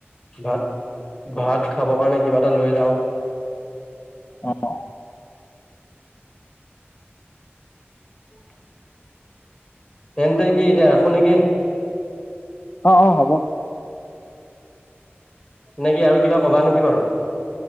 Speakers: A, on the left; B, on the left.
A: ভাত ভাত খাব কাৰণে কিবা এটা লৈ যাওঁ।
B: অ', অ'।
A: <inaudible> তেন্তে কি এতিয়া ৰাখো নেকি?
B: অ', অ', হ'ব।
A: নেকি আৰু কিবা কবা নেকি বাৰু?